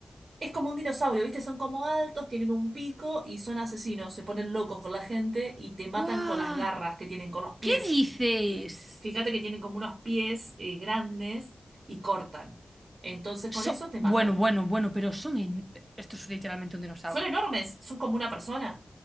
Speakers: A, on the right; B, on the right.
A: Es como un dinosaurio, ¿viste? Son como altos, tienen un pico y son asesinos. Se ponen locos con la gente y te matan
B: ¡Guau!
A: con las garras que tienen, con los pies.
B: ¿Qué dices?
A: Fi- Fíjate que tienen como unos pies eh, grandes y cortan. Entonces
B: So-
A: con eso te
B: Bueno,
A: matan.
B: bueno, bueno, pero son. en- Esto es literalmente un dinosaurio.
A: Son enormes, son como una persona.